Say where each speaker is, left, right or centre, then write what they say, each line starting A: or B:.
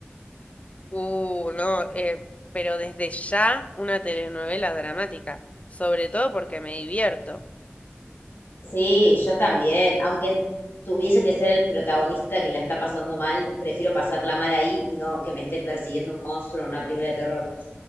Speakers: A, on the left (about 30°); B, on the left (about 55°).
A: Uh, no, eh, pero desde ya una telenovela dramática, sobre todo porque me divierto.
B: Sí, yo también. Aunque tuviese que ser el protagonista que la está pasando mal, prefiero pasarla mal ahí y no que me esté persiguiendo un monstruo en una película de terror.